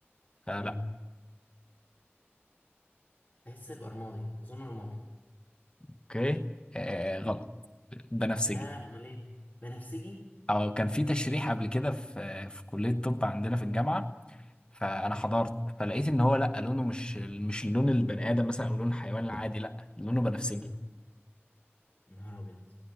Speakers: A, on the left; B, on the left.
A: فلا
B: امم تحس يبقى رمادي اظن رمادي
A: اوكي آه غلط بنفسجي
B: ياه امال ايه بنفسجي
A: او كان في تشريح قبل كده في في كلية طب عندنا في الجامعة فانا حضرت فلقيت ان هو لا لونه مش مش لون البني ادم مثلا او لون الحيوان العادي لا لونه بنفسجي
B: امم نهار ابيض